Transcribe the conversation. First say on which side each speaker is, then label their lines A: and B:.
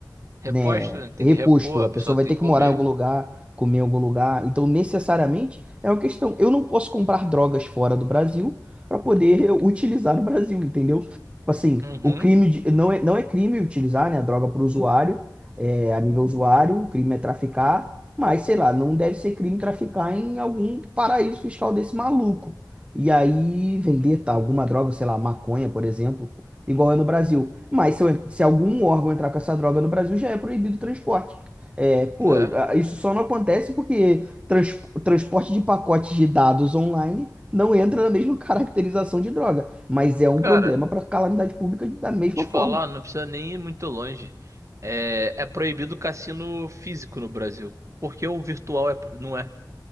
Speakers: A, on the right; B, on the right.
A: Reposta,
B: né,
A: né? Tem
B: reposto.
A: que repor, a
B: A
A: pessoa
B: pessoa vai
A: tem
B: ter
A: que
B: que
A: comer.
B: morar em algum lugar, comer em algum lugar. Então, necessariamente, é uma questão. Eu não posso comprar drogas fora do Brasil para poder <laughs> utilizar no Brasil, entendeu? Tipo Assim,
A: Uhum.
B: o crime de- não é, não é crime utilizar, né, a droga para o usuário, é, a nível usuário, o crime é traficar, mas sei lá, não deve ser crime traficar em algum paraíso fiscal desse maluco. E aí vender tá, alguma droga, sei lá, maconha, por exemplo, igual é no Brasil. Mas se, eu- se algum órgão entrar com essa droga no Brasil, já é proibido o transporte. É, pô,
A: É.
B: a- isso só não acontece porque trans- transporte de pacotes de dados online não entra na mesma <laughs> caracterização de droga, mas é um
A: Cara,
B: problema para calamidade pública da mesma
A: te
B: forma.
A: falar, não precisa nem ir muito longe. É, é proibido cassino físico no Brasil. Porque o virtual é, não é.